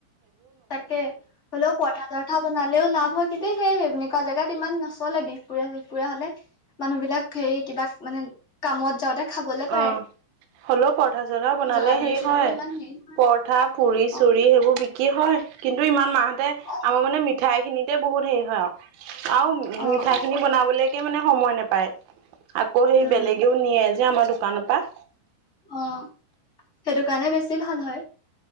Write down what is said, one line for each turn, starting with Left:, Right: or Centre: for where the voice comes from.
Left: তাকে হ'লেও <unintelligible> পৰঠা-চৰঠা বনালেও লাভ হয় কিন্তু সেই সেনেকুৱা জেগাত ইমান নচলে। বিহপুৰীয়া-চিফপুীয়া হ'লে <unintelligible> মানুহ বিলাক হেৰি কিবা মানে কামত যাওঁতে খাবলে পাৰে।
Right: অ
Left: <inaudible>
Right: হলেও পৰঠা চঠা বনালে
Left: জৰাবাৰী
Right: হেৰি
Left: চাইডেতো
Right: হয়
Left: ইমান হেৰি নহয়
Right: পৰঠা পুৰি চুৰি
Left: অ
Right: সেইবোৰ বিক কি হয় কিন্তু ইমান মা হতে
Left: অ
Right: আমাৰ মানে মিঠাই খিনিতে বহুত হেৰি হয় আও আও
Left: অ
Right: মিঠাই
Left: অ
Right: খিনি বনাবলৈকে মানে সময় নেপায় আকৌ সেই
Left: উম
Right: বেলেগেও নিয়ে যে আমাৰ দোকানৰ পা
Left: অ সেটোকাণে বেছি ভাল হয়